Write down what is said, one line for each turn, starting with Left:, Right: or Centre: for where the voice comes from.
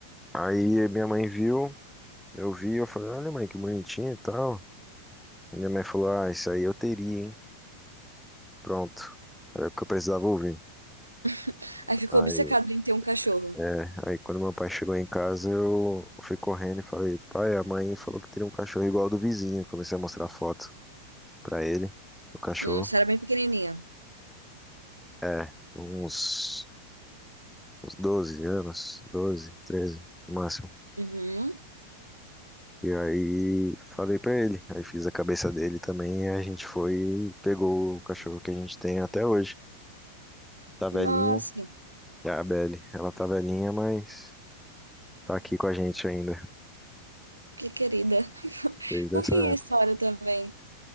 Centre: Aí minha mãe viu, Eu vi, eu falei, olha, mãe, que bonitinho e tal. E minha mãe falou, ah, isso aí eu teria, hein? Pronto. Era o que eu precisava ouvir.
Right: <laughs> Aí ficou
Centre: Aí,
Right: obcecado em ter um cachorro.
Centre: é, aí quando meu pai chegou em casa, eu fui correndo e falei, pai, a mãe falou que teria um cachorro igual ao do vizinho. Comecei a mostrar foto pra ele, do cachorro.
Right: Hum, você era bem pequenininha.
Centre: É, uns, uns 12 anos, 12 13 no máximo.
Right: Uhum.
Centre: E aí falei pra ele, aí fiz a cabeça dele também, e a gente foi e pegou o cachorro que a gente tem até hoje. Tá velhinho,
Right: Nossa,
Centre: É a Belle. Ela tá velhinha, mas tá aqui com a gente ainda,
Right: que querida. <laughs>
Centre: desde
Right: Fofinha
Centre: essa
Right: a
Centre: época.
Right: história também.